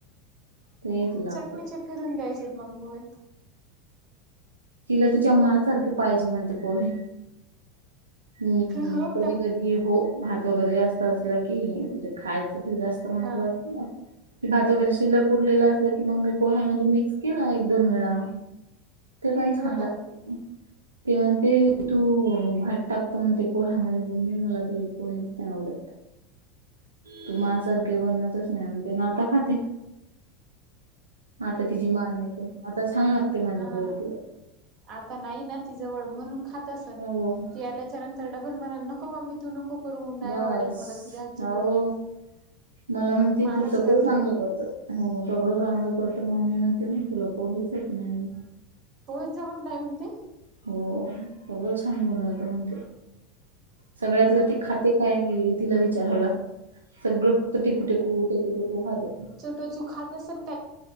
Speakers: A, on the right; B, on the right.
A: ते तिला
B: चटणीचे
A: आवडत.
B: फिरून द्यायचे आहेत मग ते पोहे.
A: तिला तिच्या मनासारखी पाहिजे म्हणते पोहे. हम्
B: हो
A: कधी
B: का?
A: कधी हो. भात वगैरे जास्त असलं की, म्हणजे खायचं असत तर जास्त माहित
B: हा
A: असत. की भात वगैरे शिल्लक उरलेलं असलं की मग मी पोह्यामध्ये मिक्स केला एक दोन वेळा ते पण
B: हो
A: छान
B: ना
A: लागते ते म्हणते तू टाकते मण ते पोह्या म्हणे मम्मी मला तुझे पोहेच नाही आवडतं. तू मा सारखे बनवतच नाही म्हणती ते ना आता खाते आता तिची मा नाही तर आता छान लागते माझ्या
B: हा
A: पोहे तिला
B: आता नाही ना ती जवळ म्हणून खात असेल ती
A: हो
B: आलं कि त्याच्यानंतर डबल मणा नको म मी तू नको करू नाही
A: बस
B: आवडतं मला तुझ्या हातचे
A: हो.
B: पोहे
A: मला म्हणती
B: मलाच
A: तू सगळं
B: करू
A: चांगलं
B: दे
A: करत हो सगळं चांगलं करतं मम्मी म्हणते म्हण तुला पोहेच येत नाही म्हण.
B: पोच जमत नाही म्हणती
A: हो सगळं छान बनवती म्हणती सगळ्यातलं
B: हो
A: ते खाते
B: का?
A: काय तिला विचारावं लागतं सगळं फक्त टेकू टेकू टेकू टेकू खाते.
B: तो चुखचा असर <unintelligible>